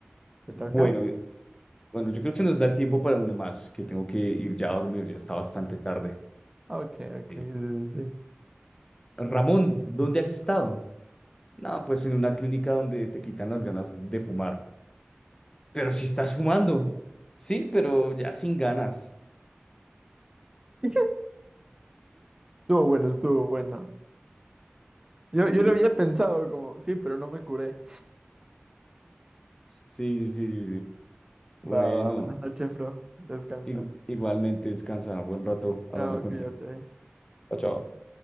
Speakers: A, on the right; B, on the left.
A: ¿Te
B: bueno,
A: toca?
B: bueno, yo creo que nos da el tiempo para uno más, que tengo que ir ya a dormir, ya está bastante tarde.
A: Ok, ok,
B: Sí.
A: sí, sí, sí.
B: Ramón, ¿dónde has estado? No, pues en una clínica donde te quitan las ganas de fumar. Pero si estás fumando. Sí, pero ya sin ganas.
A: <laughs> Estuvo bueno, estuvo bueno. Yo,
B: Sí,
A: yo lo había pensado como, sí, pero no me curé.
B: sí, sí, sí, sí. Bueno,
A: Va, va, buenas noches, bro. Descansa.
B: igu- igualmente descansa. Buen rato hablando
A: Chao,
B: contigo.
A: cuídate.
B: Chao, chao.